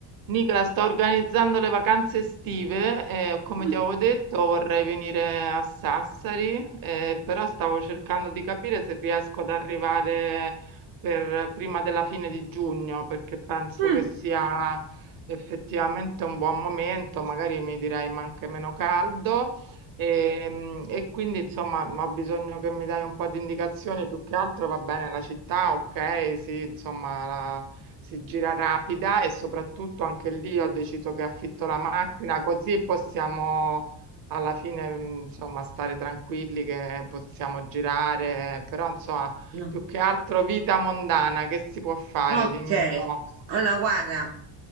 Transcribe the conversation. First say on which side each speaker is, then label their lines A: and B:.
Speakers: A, on the right; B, on the right.
A: Nicola, sto organizzando le vacanze estive e come
B: Mm.
A: ti avevo detto vorrei venire a Sassari, eh, però stavo cercando di capire se riesco ad arrivare per prima della fine di giugno, perché penso
B: mm.
A: che sia effettivamente un buon momento, magari mi direi ma anche meno caldo e, mm, e quindi insomma ho bisogno che mi dai un po' di indicazioni, più che altro va bene la città, ok, sì, insomma la si gira rapida e soprattutto anche lì ho deciso che affitto la macchina così possiamo alla fine mh, insomma stare tranquilli che possiamo girare, però insomma
B: No.
A: più che altro vita mondana che si può fare?
B: Ok,
A: Dimmi un po'.
B: allora guarda,